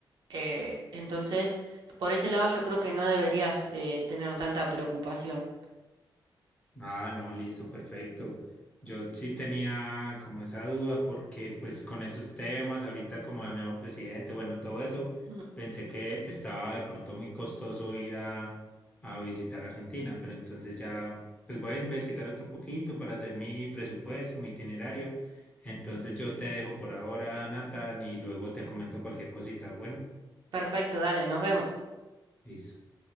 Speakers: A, on the right; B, on the left.
A: Eh, entonces, por ese lado yo creo que no deberías eh, tener tanta preocupación.
B: Ah, no, listo, perfecto. Yo sí tenía como esa duda porque pues con esos temas, ahorita como el nuevo presidente, bueno, todo eso,
A: Ujú.
B: pensé que estaba de pronto muy costoso ir a, a visitar Argentina, pero entonces ya pues voy a investigar otro poquito para hacer mi presupuesto, mi itinerario. Entonces yo te dejo por ahora, Nathan, y luego te comento cualquier cosita. Bueno,
A: Perfecto, dale, nos vemos.
B: listo.